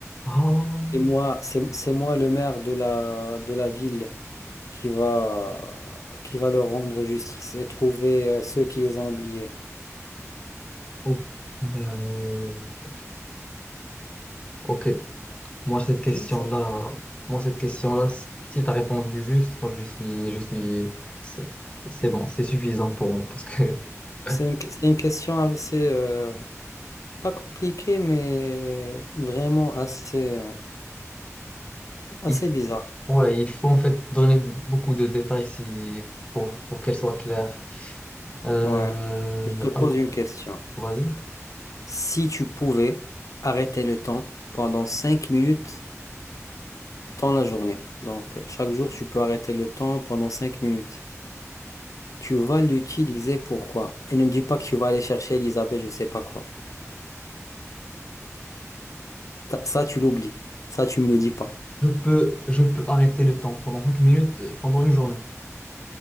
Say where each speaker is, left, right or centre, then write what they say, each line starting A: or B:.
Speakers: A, on the left; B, on the left.
A: Oh.
B: C'est moi, c'est, c'est moi le maire de la, de la ville qui va, qui va leur rendre justice et trouver euh, ceux qui les ont oubliés.
A: Oh. Euh, Ok. Moi, cette question-là,
B: Tu vois, ça,
A: moi, cette question-là, si tu as répondu juste, moi, je suis, je suis, c'est c'est bon, c'est suffisant pour moi, parce que. <laughs>
B: c'est une, c'est une question assez, euh, pas compliquée, mais vraiment assez, euh, assez
A: Il
B: bizarre.
A: faut, ouais, il faut en fait donner beaucoup de détails si, pour, pour qu'elle soit claire. Euh,
B: Ouais. Je te pose
A: Allah,
B: une question.
A: vas-y.
B: Si tu pouvais arrêter le temps pendant cinq minutes, dans la journée. Donc, chaque jour, tu peux arrêter le temps pendant 5 minutes. Tu vas l'utiliser pourquoi? Et ne me dis pas que tu vas aller chercher Elisabeth, je sais pas quoi. Ta- Ça, tu l'oublies. Ça, tu me le dis pas.
A: Je peux, je peux arrêter le temps pendant 5 minutes, euh, pendant une journée.